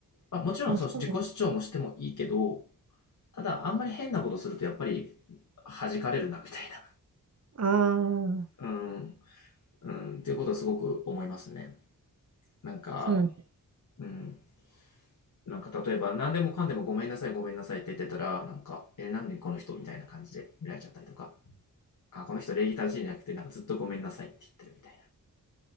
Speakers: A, on the left; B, on the right.
A: まあ、もちろんそう自己主張もしてもいいけど、
B: あ、そうなん
A: ただ、あんまり変なことするとやっぱり弾かれるな、みたいな。
B: ああ
A: うん、うん、っていうことはすごく思いますね。なんか、
B: ー、そうなんです。
A: うん、なんか例えば何でもかんでもごめんなさい、ごめんなさいって言ってたら、なんか、え、なんでこの人みたいな感じで見られちゃったりとか、あ、この人礼儀正しいんじゃなくて、なんかずっとごめんなさいって言ってるみたい